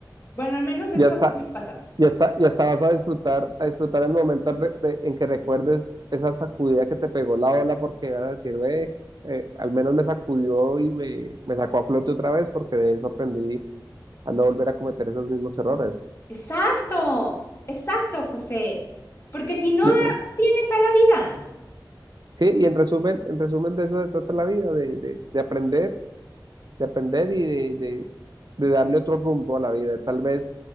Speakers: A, on the left (about 35°); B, on the right (about 60°).
A: Bueno, al menos eso
B: Y hasta,
A: me pasa.
B: Y hasta, y hasta vas a disfrutar, a disfrutar el momento re- de- en que recuerdes esa sacudida que te pegó la ola porque vas a decir, ve, eh, al menos me sacudió y me, me sacó a flote otra vez porque de eso aprendí a no volver a cometer esos mismos errores.
A: Exacto, exacto, José. Porque si no,
B: Y entre,
A: vienes a la vida.
B: sí, y en resumen, en resumen de eso se trata la vida, de, de, de aprender, de aprender y de, de, de darle otro rumbo a la vida. Tal vez